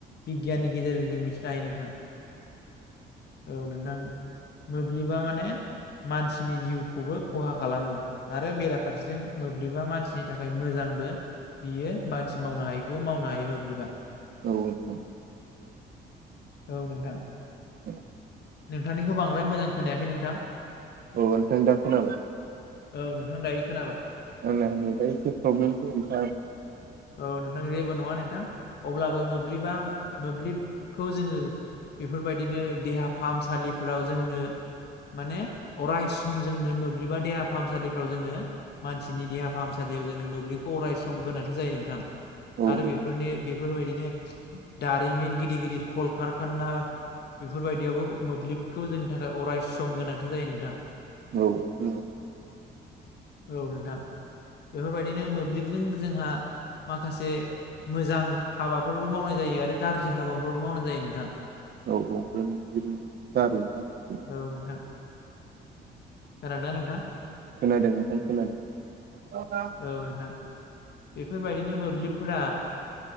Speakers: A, on the left (about 55°); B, on the right (about 50°).
A: बिगियाननि गेजेरजों जों मिथिनो हायो नोंथां औ नोंथां मोब्लिबा माने मानसिनि जिउखौबो खहा खालामो आरो बेराफारसेजों मोब्लिबा मानसि नि थाखाय मोजांबो बियो मानसि मावनो हायैखौ मावनो हायो मोब्लिबा
B: नोंथां
A: औ नोंथां
B: <unintelligible>
A: नोंथांनिखौ बांद्राय मोजां खोनायाखै नोंथां
B: औ नोंथां दा खोनाबाय
A: औ नोंथां दा खोनाबाय
B: आंना नेटानो एसे प्रब्लेम नोंथां
A: औ नोंथां जेबो नङा अब्लाबो मोब्लिबा मोब्लिबखौ जोङो बेफोरबायदिनो देहा फाहामसालिफोराव जोंनो माने अराय सम जोंनो मोब्लिबा देहा फाहामसालिफ्राव जोंनो मानसिनि देहा फाहामसालि याव जोंनो मोब्लिबखौ अरायस गोनांथि जायो नोंथां
B: औ औ
A: आरो बेफोरनि बेफोरबायदिनो दारिमिन गिदिर गिदिर कलकारखाना बेफोरबायदि बेयावबो मोब्लिबखौ जोंनि थाखाय अराय सम गोनांथि जायो नोंथां
B: औ औ
A: औ नोंथां बेफोरबायदिनो मोब्लिबजों जोंहा माखासे मोजां हाबाफोरबो मावनाय जायो आरो गाज्रि हाबाफोरबो मावनाय जायो नोंथां
B: औ औ बे मोब्लिबनि दारैनो आरोखि
A: औ नोंथां खोनादोंना नोंथां?
B: खोनादों नोंथां खोनादों
A: औ नोंथां बेफोरबायदिनो मोब्लिबफोरा